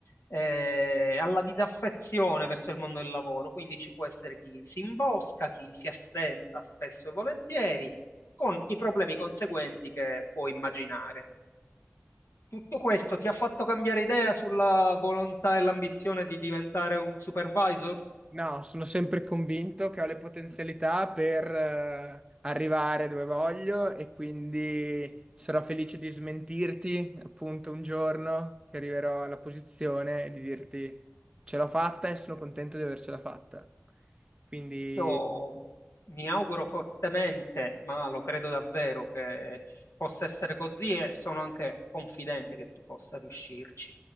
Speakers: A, on the left; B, on the right.
A: eh, alla disaffezione verso il mondo del lavoro. Quindi ci può essere chi si imbosca, chi si assenta spesso e volentieri, con i problemi conseguenti che può immaginare. Tutto questo ti ha fatto cambiare idea sulla volontà e l'ambizione di diventare un supervisor?
B: No, sono sempre convinto che ho le potenzialità per eh, arrivare dove voglio e quindi sarò felice di smentirti appunto un giorno che arriverò alla posizione e di dirti ce l'ho fatta e sono contento di avercela fatta. Quindi.
A: Io mi auguro fortemente, ma lo credo davvero che possa essere così e sono anche confidente che tu possa riuscirci.